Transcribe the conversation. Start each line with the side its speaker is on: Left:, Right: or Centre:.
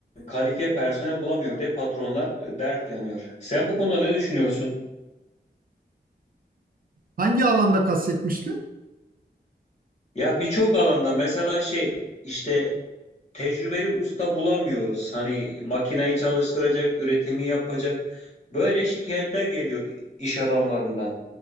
Left: kalifiye personel bulamıyor diye patronlar e, dert yanıyor. Sen bu konuda ne düşünüyorsun?
Right: Hangi alanda kastetmiştin?
Left: Ya birçok alanda mesela şey işte tecrübeli usta bulamıyoruz. Hani makineyi çalıştıracak, üretimi yapacak. Böyle şikayetler geliyor iş adamlarından.